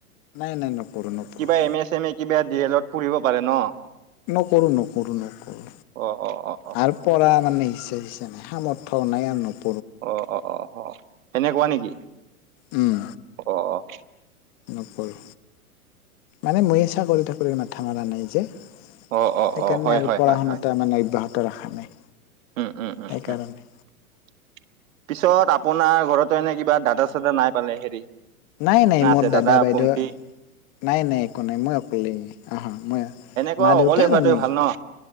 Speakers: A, on the left; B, on the right.
A: নাই নাই নকৰো নকৰো
B: কিবা এম এছ, এম এ কিবা ডিয়েলত পঢ়িব পাৰে ন?
A: নকৰোঁ, নকৰোঁ, নকৰোঁ
B: অ অ অ অ
A: আৰু পঢ়া মানে পইচা চইছা নাই, সামৰ্থ নাই আৰু নপ
B: অ', অ', অ', অ' সেনেকুৱা নেকি?
A: উম
B: অ', অ'।
A: নকৰোঁ। মানে মই চাকৰি ঠাকুৰি মাথা মাৰা নাই যে। সেইকাৰণে
B: অ অ অ অ হয়
A: আৰু
B: হয়
A: পঢ়া
B: হয়
A: শুনা তামানে মানে অব্যাহত ৰাখা নাই।
B: উ, উ, উ,
A: সেইকাৰণে
B: উ। পিছত আপোনাৰ ঘৰতো এনে কিবা দাদা চাদা নাই পালে হেৰি।
A: নাই নাই
B: না
A: মোৰ
B: আছে
A: দাদা বাইদেউ
B: ভন্টি
A: নাই, নাই একো নাই মই অকলে অ' মই
B: অকলে
A: মা দেউতা আৰু
B: হোৱাটোৱে
A: মই
B: ভাল ন?